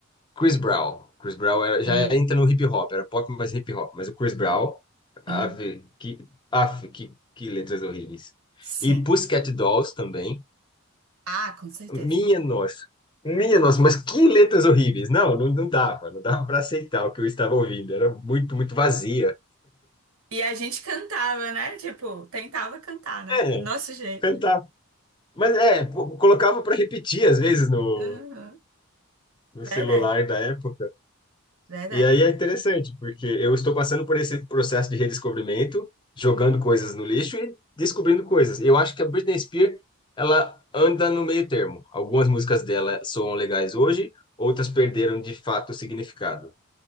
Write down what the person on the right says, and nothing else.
Hum,
hum,
sim.
Ah, com certeza.
E a gente cantava, né? Tipo, tentava cantar, né?
Do nosso jeito.
Uhum.
Verdade,
verdade.